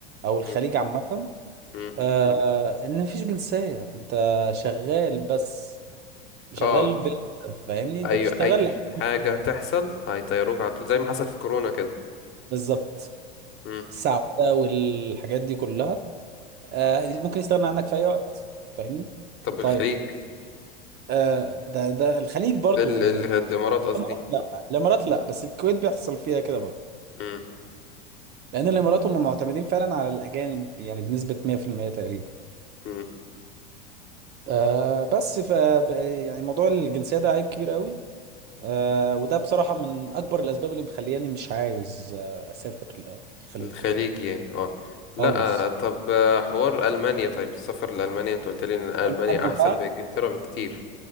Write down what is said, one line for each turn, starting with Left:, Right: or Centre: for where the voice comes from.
Right: أو الخليج
Left: م-
Right: عامة
Left: م.
Right: آه إن مفيش جنسية أنت شغال بس شغال
Left: اه
Right: بلا هدف، فاهمني أنت
Left: أيوة
Right: بتشتغل
Left: أي حاجة هتحصل هيطيروك على طول زي ما حصل في كورونا كده
Right: بالظبط
Left: م-
Right: السعودة والحاجات دي كلها آه،
Left: م.
Right: ممكن يستغنى عنك في أي وقت فاهمني؟
Left: طب والخليج
Right: طيب آه، ده ده الخليج برضو
Left: ال- ال-
Right: الإمارات
Left: الإمارات قصدي
Right: لا الإمارات لا بس الكويت بيحصل فيها كده برضو
Left: م-
Right: لأن الإمارات هم معتمدين فعلا على الأجانب يعني بنسبة 100% تقريبا
Left: م.
Right: آه، بس ف ب- يعني موضوع الجنسية ده عيب كبير قوي آه، وده بصراحة من أكبر الأسباب اللي مخلياني مش عاوز آه، أسافر ل- الخليج
Left: الخليج
Right: وكده
Left: يعني اه لا
Right: خالص
Left: آه، طب آه، حوار ألمانيا طيب السفر لألمانيا انت قلت لي ان ألمانيا
Right: ألمانيا
Left: احسن
Right: بقى
Left: بإنجلترا بكتير